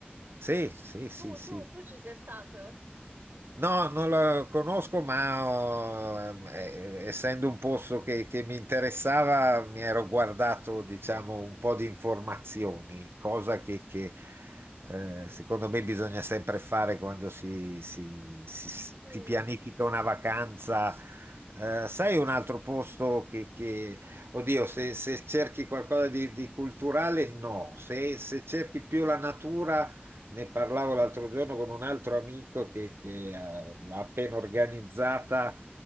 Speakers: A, on the right; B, on the right.
A: sì, sì, sì,
B: Tu,
A: sì.
B: tu, tu ci sei stato?
A: No, non la conosco, ma oh, eh, essendo un posto che, che mi interessava, mi ero guardato, diciamo, un po' di informazioni, cosa che, che, eh, secondo me bisogna sempre fare quando si, si- si- si
B: Mm.
A: pianifica una vacanza. Eh, sai un altro posto che, che- oddio, se, se cerchi qualcosa di, di culturale, no, se, se cerchi più la natura ne parlavo l'altro giorno con un altro amico che, che, eh, ha appena organizzata